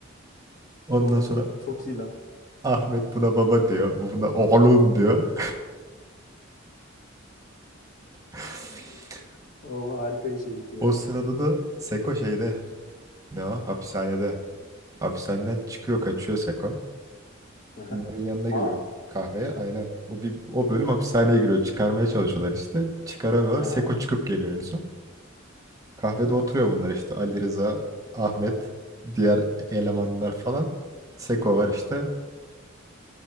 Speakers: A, on the right; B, on the left.
A: Ondan
B: Oğlum
A: sonra
B: çok çok iyi lan.
A: Ahmet buna baba diyor. Bu buna oğlum diyor. <laughs>
B: Oğlum harika içerik ya.
A: O sırada da Seko şeyde ne o? Hapishanede. Hapishaneden çıkıyor kaçıyor Seko.
B: Aha.
A: Bunların yanına geliyor
B: Aa.
A: kahveye aynen. O, bir, o bölüm hapishaneye giriyor. Çıkarmaya çalışıyorlar işte. Çıkaramıyorlar.
B: Ha.
A: Seko çıkıp geliyor en son. Kahvede oturuyor bunlar işte. Ali Rıza, Ahmet, diğer elemanlar falan. Seko var işte.